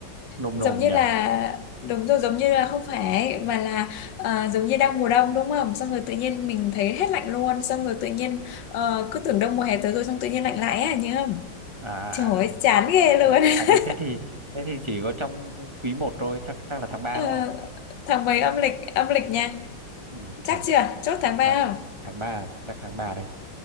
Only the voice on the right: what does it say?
nồm
nồm
nhỉ
à,
à,
à
à, thế thế thì thế thì chỉ có trong quý một thôi chắc chắc là tháng 3
đúng không
ừ,
tháng
tháng
tháng ba chắc tháng ba đây